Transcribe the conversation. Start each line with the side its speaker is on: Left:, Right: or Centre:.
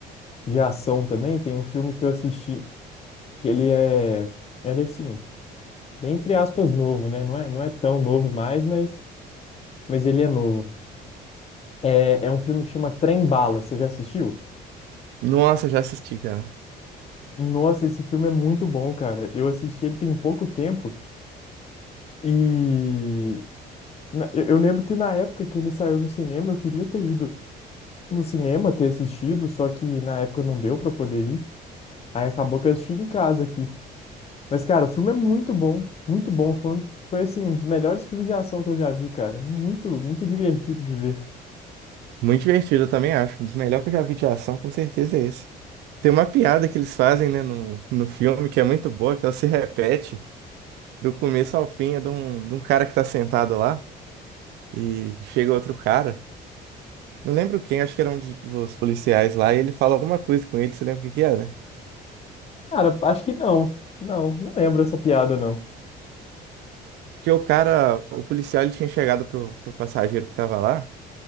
Left: de ação também, tem um filme que eu assisti, que ele é, ele é assim, entre aspas, novo, né? Não é, não é tão novo mais, mas, mas ele é novo. É, é um filme que chama Trem Bala, você já assistiu?
Right: Nossa, já assisti, cara.
Left: Nossa, esse filme é muito bom, cara. Eu assisti ele tem pouco tempo e na- eu eu lembro que na época que ele saiu no cinema, eu queria ter ido. no cinema ter assistido, só que na época não deu pra poder ir. Aí acabou que eu assisti em casa aqui. Mas, cara, o filme é muito bom, muito bom. Foi, um- foi assim, um dos melhores filmes de ação que eu já vi, cara. Muito, muito divertido de ver.
Right: Muito divertido, eu também acho. Um dos melhores que eu já vi de ação, com certeza é esse. Tem uma piada que eles fazem, né, no, no filme que é muito boa, que ela se repete. do começo ao fim é de um, de um cara que tá sentado lá e chega outro cara. Não lembro quem, acho que era um dos, dos policiais lá, e ele fala alguma coisa com ele, você lembra o que que era?
Left: Cara, acho que não. Não, não lembro essa piada, não.
Right: Porque o cara, o policial, ele tinha chegado pro, pro passageiro que tava lá